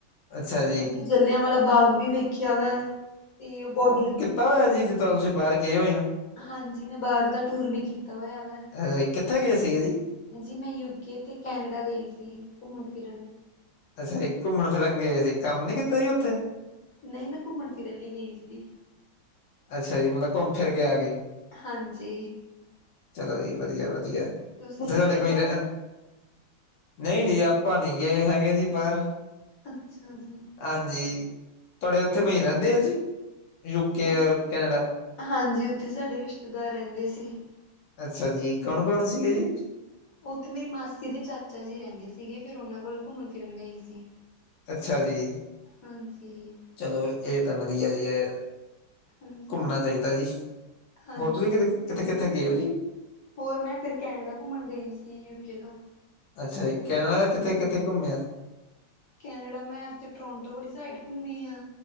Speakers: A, on the left; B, on the left.
A: ਅੱਛਾ ਜੀ,
B: ਉੱਥੇ ਜਲਿਆਂ ਵਾਲਾ ਬਾਗ ਵੀ ਵੇਖਿਆ ਵਾ, ਤੇ ਬੋਡਰ
A: ਤਾ ਜੀ ਜਿੱਦਾਂ ਤੁਸੀਂ ਬਾਹਰ ਗਏ ਹੋਏ ਹਾਂ।
B: ਹਾਂਜੀ ਮੈਂ ਬਾਹਰ ਦਾ ਟੂਰ ਵੀ ਕੀਤਾ ਹੋਇਆ ਵੈ।
A: ਅ ਕਿੱਥੇ ਗਏ ਸੀਗੇ ਜੀ?
B: ਜੀ ਮੈਂ ਯੂਕੇ ਤੇ ਕੈਨੇਡਾ ਗਈ ਸੀ ਘੁੰਮਨ ਫਿਰਨ।
A: ਅੱਛਾ ਜੀ ਘੁੰਮਨ ਫਿਰਨ ਗੇ ਸੀਂ ਕੰਮ ਨੀ ਕੀਤਾ ਸੀ ਓਥੇ?
B: ਨਈ ਮੈਂ ਘੁੰਮਨ ਫਿਰਨ ਲਈ ਗਈ ਸੀ।
A: ਅੱਛਾ ਜੀ ਮਤਲਬ ਘੁੰਮ ਫਿਰ ਕੇ ਆ ਗਏ
B: ਹਾਂਜੀ
A: ਚਲੋ ਜੀ ਵਧੀਆ ਵਧੀਆ।
B: ਤੁਸੀਂ
A: ਉੱਥੇ
B: ਨੀ
A: ਸਾਡੇ
B: ਗਏ
A: ਕੋਈ
B: ਬਾਹਰ
A: ਰ ਨਈ ਜੀ ਆਪਾਂ ਨੀ ਗਏ ਹੈਗੇ ਜੀ ਬਾਹਰ।
B: ਅੱਛਾ ਜੀ।
A: ਹਾਂਜੀ, ਤੁਹਾਡੇ ਉੱਥੇ ਕੋਈ ਰਹਿੰਦੇ ਆ ਜੀ। ਯੂਕੇ
B: ਹਾਂ,
A: ਔਰ ਕੈਨੇਡਾ
B: ਹਾਂਜੀ ਉੱਥੇ ਸਾਡੇ ਰਿਸ਼ਤੇਦਾਰ ਰਹਿੰਦੇ ਸੀ।
A: ਅੱਛਾ ਜੀ ਕੌਣ-ਕੌਣ ਸੀਗੇ ਜੀ?
B: ਉੱਥੇ ਮੇਰੀ ਮਾਸੀ ਤੇ ਚਾਚਾ ਜੀ ਰੈਂਦੇ ਸੀਗੇ ਫੇਰ ਉਨਾਂ ਕੋਲ ਘੁੰਮਣ ਫਿਰਨ ਗਈ ਸੀ।
A: ਅੱਛਾ ਜੀ
B: ਹਾਂਜੀ
A: ਚਲੋ ਇਹ ਤਾਂ ਵਧੀਆ ਜੀ ਏ।
B: ਹਾਂਜੀ
A: ਘੁੰਮਣਾ ਚਾਈਦਾ ਜੀ।
B: ਹਾਂਜੀ
A: ਹੋਰ ਤੁਸੀਂ ਕਿਥੇ, ਕਿੱਥੇ-ਕਿੱਥੇ ਗਏ ਓ ਜੀ?
B: ਹੋਰ ਮੈਂ ਫਿਰ ਕੈਨੇਡਾ ਘੁੰਮਣ ਗਈ ਸੀ ਯੂਕੇ ਤੋਂ।
A: ਅੱਛਾ ਜੀ ਕੈਨੇਡਾ ਕਿੱਥੇ-ਕਿੱਥੇ ਘੁੰਮਿਆ?
B: ਕੈਨੇਡਾ ਮੈਂ ਤੇ ਟੋਰੰਟੋ ਵਾਲੀ ਸਾਈਡ ਘੁੰਮੀ ਆ।